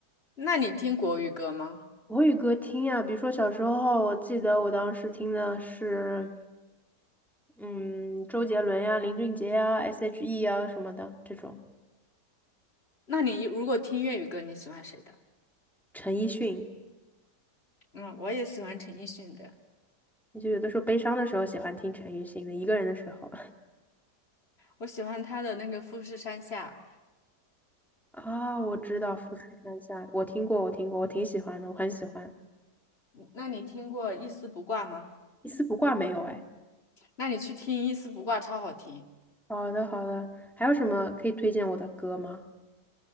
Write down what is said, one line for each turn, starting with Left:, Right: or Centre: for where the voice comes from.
Left: 那你听国语歌吗？
Centre: 国语歌听呀，比如说小时候，我记得我当时听的是，嗯，周杰伦呀、林俊杰呀、S.H.E 呀什么的这种，
Left: 那你如果听粤语歌，你喜欢谁的？
Centre: 陈奕迅。
Left: 嗯，我也喜欢陈奕迅的，
Centre: 就有的时候悲伤的时候喜欢听陈奕迅的，一个人的时候
Left: 我喜欢他的那个《富士山下》。
Centre: <laughs> 啊，我知道《富士山下》，我听过，我听过，我挺喜欢的，我很喜欢。
Left: 嗯那你听过《一丝不挂》吗？
Centre: 一丝不挂没有哎。
Left: 那你去听《一丝不挂》，超好听。
Centre: 好的，好的。还有什么可以推荐我的歌吗？